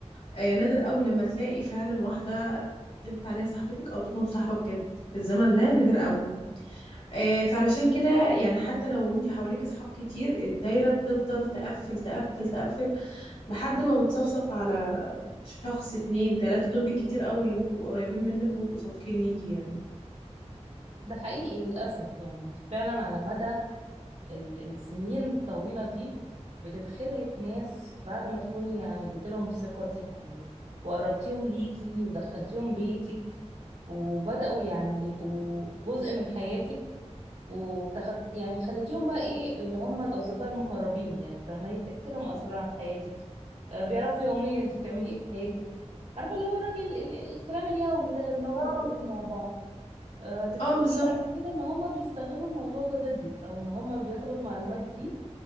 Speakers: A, on the left; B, on the right.
A: آه نادر قوي لما تلاقي فعلا واحده تنفع ان هي صاحبتك او تكون صاحبه بجد في الزمن ده نادر قوي آه فعلشان كده يعني حتى لو انت حواليك اصحاب كتير الدايره بتفضل تقفل تقفل تقفل لحد ما بتصفصف على شخص اتنين تلاته دول بالكتير قوي اللي بيبقوا قريبين منك وبيبقوا صادقين ليكي يعني
B: ده حقيقي للأسف يعني انت فعلا على مدى ال- السنين الطويلة دي بتتخدعي في ناس بعد ما تكوني يعني اديت لهم ثقتك و- وقربتيهم ليكي ودخلتيهم بيتك وبدأوا يعني يبقوا جزء من حياتك وتاخد يعني خليتيهم بقى ايه اللي هم الاصدقاء المقربين يعني فما هي بتحكي لهم اسرار عن حياتك آه، بيعرفوا يوميا انت بتعملي ايه في حياتك عارفه اللي هو الراجل ال- ال- الكلام اليومي ده اللي بنقعد
A: اه
B: نتكلمه مع بعض أه تتفاجئي
A: اه بالظبط
B: بعد كده ان هم بيستغلوا الموضوع ده ضدك او ان هم بياخدوا المعلومات دي